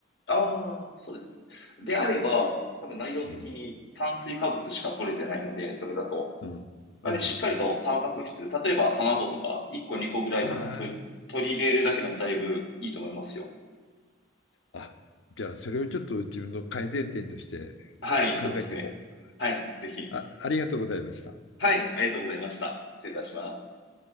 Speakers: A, on the left; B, on the left.
A: ああ、そうですね。であれば、多分内容的に炭水化物しか取れてないので、
B: うん、
A: それだと。
B: うん、
A: なんで、
B: うん。
A: しっかりとタンパク質、例えば卵とか1個2個ぐらいでも取り、
B: ああ。
A: 取り入れるだけでもだいぶいいと思いますよ。
B: あ、じゃあ、それをちょっと自分の改善点として
A: はい、そうですね。
B: 考えていこう。
A: はい、ぜひ。
B: あ、ありがとうございました。
A: はい、ありがとうございました。失礼いたします。